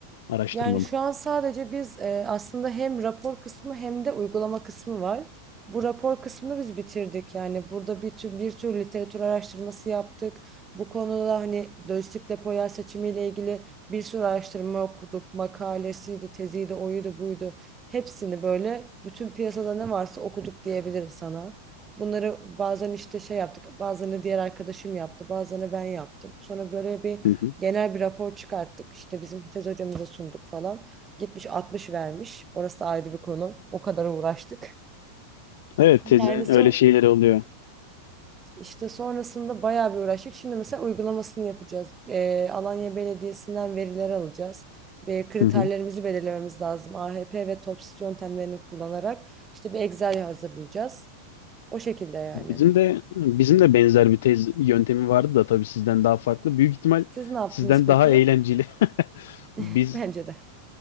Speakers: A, on the left (about 55°); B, on the right (about 20°).
A: araştırma
B: Yani
A: mı?
B: şu an sadece biz e, aslında hem rapor kısmı hem de uygulama kısmı var. Bu rapor kısmını biz bitirdik. Yani burada bir tür bir tür literatür araştırması yaptık. Bu konuda hani lojistik depo yer seçimiyle ilgili bir sürü araştırma okuduk. Makalesiydi, teziydi, oydu, buydu. Hepsini böyle bütün piyasada ne varsa okuduk diyebilirim sana. Bunları bazen işte şey yaptık, bazen de diğer arkadaşım yaptı, bazen de ben yaptım. Sonra böyle bir
A: Hı hı.
B: Genel bir rapor çıkarttık. İşte bizim tez hocamıza sunduk falan. Gitmiş 60 vermiş. Orası da ayrı bir konu. O kadar uğraştık.
A: Evet tezin
B: Yani son,
A: öyle şeyleri oluyor.
B: işte sonrasında bayağı bir uğraştık. Şimdi mesela uygulamasını yapacağız. Ee, Alanya Belediyesi'nden veriler alacağız. Ve kriterlerimizi
A: Hı hı.
B: belirlememiz lazım. AHP ve TOPSIS yöntemlerini kullanarak işte bir Excel hazırlayacağız. O şekilde yani.
A: Bizim de bizim de benzer bir tez yöntemi vardı da tabii sizden daha farklı. Büyük ihtimal
B: Siz ne yaptınız
A: sizden
B: peki?
A: daha eğlenceli. <laughs>
B: <laughs>
A: Biz
B: Bence de.